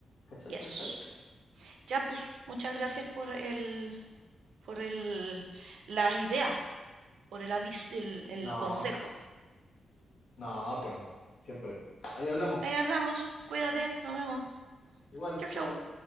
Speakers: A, on the left; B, on the right.
A: ¿Cachai?
B: Yes.
A: ¿Cachai?
B: Ya, pues, muchas gracias por el, por el, las ideas, por el aviso, el, el
A: No,
B: consejo.
A: no, pues no, siempre, pues. Ahí hablamos.
B: Ahí hablamos, cuídate, nos vemos.
A: Igual,
B: Chau,
A: chau,
B: chau.
A: chau.